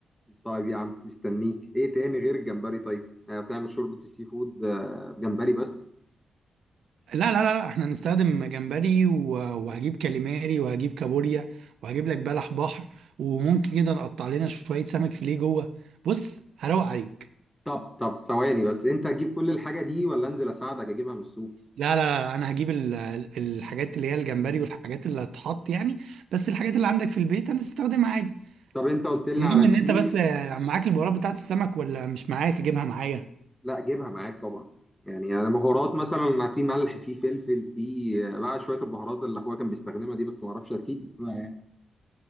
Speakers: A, in the centre; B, on the right (about 85°).
A: طيب يا عم مستنيك ايه تاني غير الجمبري طيب آه، بتعمل شوربة السي فود آه، جمبري بس
B: لا لا لا لا، احنا هنستخدم جمبري و- وهجيب كاليماري وهجيب كابوريا وهجيب لك بلح بحر وممكن كده نقطع لنا شوية سمك فيليه جوه بص هروق عليك
A: طب طب ثواني بس انت هتجيب كل الحاجة دي ولا انزل اساعدك اجيبها من السوق
B: لا لا لا انا هجيب ال- ال- الحاجات اللي هي الجمبري والحاجات اللي هتحط يعني بس الحاجات اللي عندك في البيت هنستخدمها عادي
A: طب انت قلت لي
B: المهم
A: على
B: ان
A: دقيق
B: انت بس معاك البهارات بتاعت السمك ولا مش معاك اجيبها معايا
A: لا جيبها معاك طبعا يعني انا بهارات مثلا في ملح في فلفل في آه، بقى شوية البهارات اللي اخويا كان بيستخدمها دي بس ما اعرفش اكيد اسمها إيه.